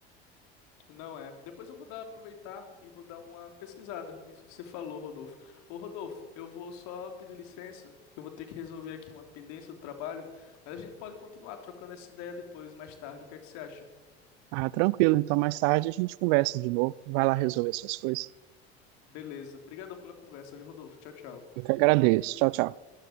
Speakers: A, on the left; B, on the right.
A: Não é. Depois eu vou dar, aproveitar e vou dar uma pesquisada nisso que você falou, Rodolfo. Ô, Rodolfo, eu vou só pedir licença, que eu vou ter que resolver aqui uma pendência do trabalho, mas a gente pode continuar trocando essa ideia depois, mais tarde. O que é que você acha?
B: Ah, tranquilo. Então, mais tarde a gente conversa de novo. Vai lá resolver suas coisas.
A: Beleza. Obrigadão pela conversa, viu, Rodolfo? Tchau, tchau.
B: Eu que agradeço. Tchau, tchau.